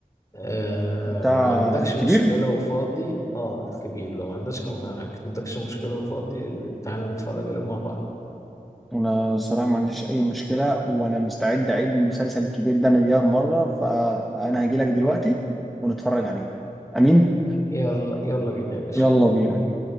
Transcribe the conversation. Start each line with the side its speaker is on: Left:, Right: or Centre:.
Left: أه
Centre: بتاع
Left: لو ما عندكش
Centre: كبير
Left: مشكله وفاضي اه الكبير لو ما عندكش ما عندكش مشكله وفاضي تعالى نتفرج عليهم مع بعض
Centre: أنا الصراحة ما عنديش أي مشكلة وأنا مستعد أعيد المسلسل الكبير ده مليار مرة فأنا هجيلك دلوقتي ونتفرج عليه أمين
Left: يلا يلا بينا يا باشا
Centre: يلا بينا